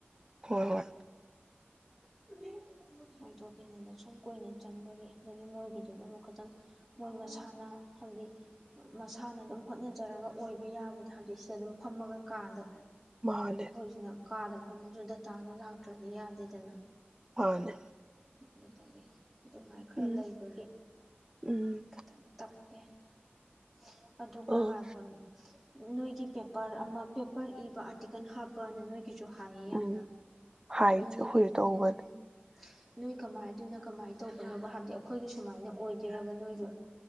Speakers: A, on the right; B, in the centre.
A: ꯍꯣꯏ ꯍꯣꯏ
B: <inaudible> ꯉꯇꯣꯛ ꯀꯤꯅꯤꯗ ꯁꯨꯝ ꯀꯨꯏꯅ ꯆꯪꯕꯒꯤ ꯑꯗꯒꯤ ꯃꯣꯏꯒꯤꯗꯨꯅ ꯑꯃꯨꯛ ꯈꯇꯪ ꯃꯣꯏ ꯃꯁꯥꯅ ꯍꯥꯏꯕꯗꯤ ꯃꯁꯥꯅ ꯑꯗꯨꯝ ꯍꯣꯠꯅꯖꯔꯒ ꯑꯣꯏꯕ ꯌꯥꯕꯗ ꯍꯥꯏꯕꯗꯤ ꯁꯤꯗ ꯑꯗꯨꯝ ꯐꯝꯃꯒ ꯀꯥꯗ
A: ꯃꯥꯅꯦ
B: ꯑꯗꯨꯅ ꯀꯥꯗ ꯐꯝꯃꯁꯨ ꯗꯇꯥꯗꯣ ꯂꯥꯛꯇ꯭ꯔꯗꯤ ꯌꯥꯗꯦꯗꯅ
A: ꯃꯥꯅꯦ
B: ꯃꯗꯨꯗꯒꯤ ꯑꯗꯨꯃꯥꯏ ꯈꯔ
A: ꯎꯝ
B: ꯂꯩꯕꯒꯤ
A: ꯎꯝ
B: ꯈꯤꯇꯪ ꯇꯞ <inaudible> ꯑꯗꯨꯒ
A: ꯑ
B: ꯉꯥꯏꯈꯣ ꯅꯣꯏꯒꯤ ꯄꯦꯄꯔ ꯑꯃ ꯄꯦꯄꯔ ꯏꯕ ꯑꯥꯔꯇꯤꯀꯜ ꯍꯥꯞ ꯄꯅꯦ ꯅꯣꯏ ꯒꯤꯁꯨ ꯍꯥꯏꯌꯦ
A: ꯎꯝ
B: ꯌꯥꯝꯅ
A: ꯍꯥꯏꯁꯦ
B: ꯑꯗꯨꯅ
A: ꯑꯩꯈꯣꯏꯁꯨ ꯇꯧꯕꯅꯦ
B: ꯎꯝ ꯎꯝ ꯅꯣꯏ ꯀꯃꯥꯏ ꯑꯗꯨꯅ ꯀꯃꯥꯏꯅ ꯇꯧꯕ ꯀꯩꯅꯣꯒ ꯍꯥꯏꯕꯗꯤ ꯑꯩꯈꯣꯏꯒꯤ ꯁꯨꯃꯥꯏꯅ ꯑꯣꯏꯗꯣꯏꯔꯕ ꯅꯣꯏꯁꯨ